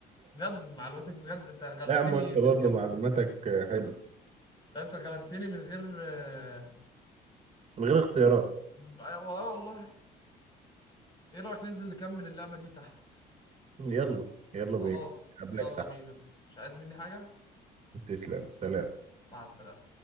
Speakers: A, on the left; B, on the right.
A: بجد معلوماتك بجد انت غلبتني
B: يا عم انت
A: من
B: برضه
A: غير
B: معلوماتك حلوه
A: لا انت غلبتني من غير آه
B: من غير اختيارات
A: آه آه، والله ايه رأيك ننزل نكمل اللعبة دي تحت
B: يلا يلا
A: خلاص
B: بينا قبلك
A: يلا
B: تحت
A: بينا مش عايز مني حاجة
B: تسلم سلام
A: مع السلامة